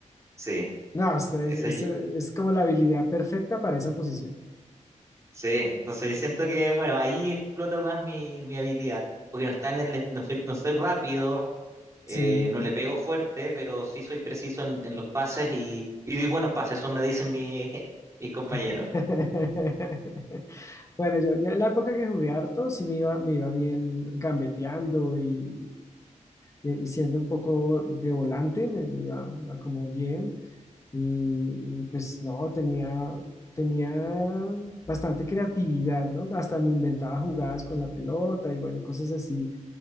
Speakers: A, on the right; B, on the left.
A: sí,
B: No, es, es
A: esa, ye-
B: es- es como la habilidad perfecta para esa posición.
A: sí. Entonces, yo siento que, bueno, ahí exploto más mi, mi habilidad, porque no está en el, des- no soy, no soy rápido, eh,
B: Sí.
A: no le pego fuerte, pero sí soy preciso en, en los pases y, y doy buenos pases, eso me dicen mi- <laughs> mis compañeros.
B: <laughs> Bueno, yo, yo en la época que jugué harto, sí me iba, me iba bien gambeteando y, y- y siendo un poco de volante, me, me iba, me iba como bien. Y, y, pues no, tenía, tenía bastante creatividad, ¿no? Hasta me inventaba jugadas con la pelota y bueno, cosas así.